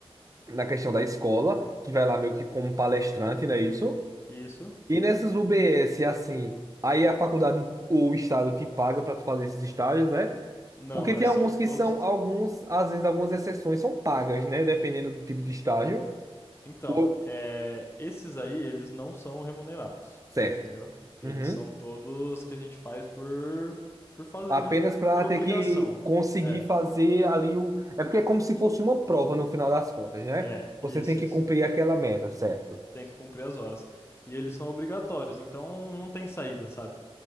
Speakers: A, on the right (about 35°); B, on the left (about 25°).
A: na questão da escola, que vai lá meio que como palestrante, não é isso?
B: Isso?
A: E nessas UBS, assim, aí a faculdade ou o estado te paga para tu fazer esses estágios, né?
B: Não,
A: Porque tem
B: eh, são
A: alguns que
B: todos.
A: são, alguns, às vezes algumas exceções são pagas, né? Dependendo do tipo de estágio.
B: Então,
A: O-
B: é, esses aí eles não são remunerados,
A: Certo.
B: entendeu? Eles
A: Uhum.
B: são todos que a gente faz por por fazer
A: Apenas
B: mesmo, por,
A: para
B: por obrigação.
A: ter que conseguir
B: É,
A: fazer ali o. É porque é como se fosse uma prova no final das contas, né?
B: É,
A: Você
B: isso,
A: tem que
B: isso.
A: cumprir aquela meta, certo?
B: Tem que cumprir as horas. E eles são obrigatórios, então não tem saída, sabe?